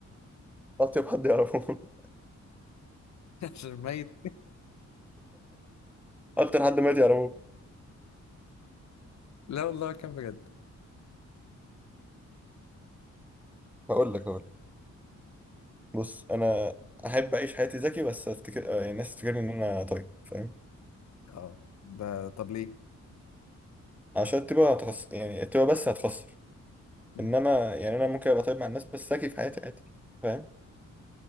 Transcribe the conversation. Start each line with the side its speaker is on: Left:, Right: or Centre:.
Centre: اطيب حد يعرفه <laughs>
Left: <laughs> عشان ميت
Centre: اكتر حد مات يعرفه
Left: لا والله كان بجد
Centre: هقول لك هقول لك بص انا احب اعيش حياتي ذكي بس افتكر آه، يعني الناس تفتكرني ان انا طيب فاهم
Left: اه ده طب ليه
Centre: عشان تبقى هتخسر يعني التبقى بس هتخسر
Left: مم.
Centre: انما يعني انا ممكن ابقى طيب مع الناس بس ذكي في حياتي عادي فاهم